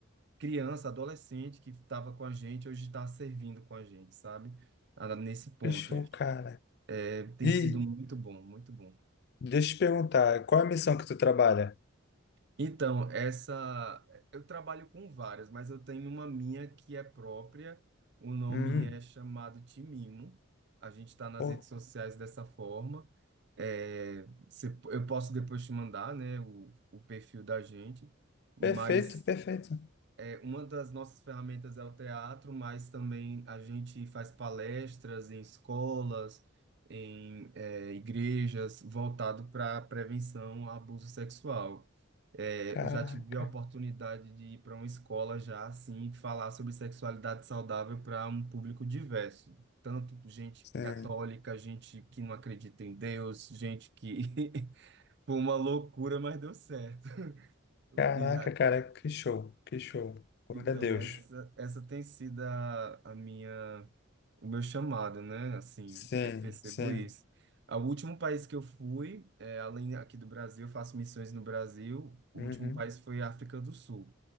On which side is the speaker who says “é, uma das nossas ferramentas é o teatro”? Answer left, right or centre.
Right